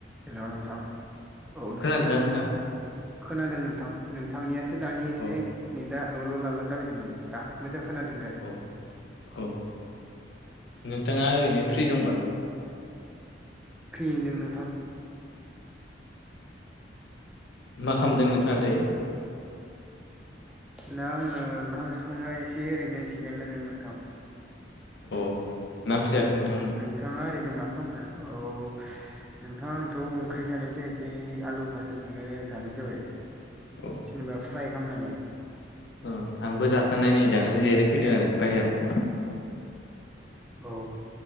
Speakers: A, in the centre; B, on the left (about 70°).
A: Hello नोंथां औ नोंथां
B: खोनादोंना नोंथाङा?
A: खोनादों नोंथां? नोंथांनियासो दानि एसे
B: अ
A: नेदा ल'ल' लाला जाबायदोंमोन दा मोजां खोनादों दे
B: अ औ नोंथाङा ओरैनो फ्रि दंबा?
A: फ्रियैनोदों नोंथां
B: मा खामदों नोंथाङा दायो
A: दा आङो ओंखाम जाखांना‌ एसे ओरैनो जिरायना दोङो नोंथां
B: अ मा ओंख्रि जाखो नोंथांमोना?
A: नोंथाङा ओरैनो मा खामदो औ नोंथां आंथ' ओंख्रि जानाय जायासै आलु भाजादोंनो जानाय जाबाय
B: औ
A: जेनेबा फ्राय खालामनानै
B: अ आंबो जाखांना नै दासो जिरायफैदों आरो बाहेराव
A: औ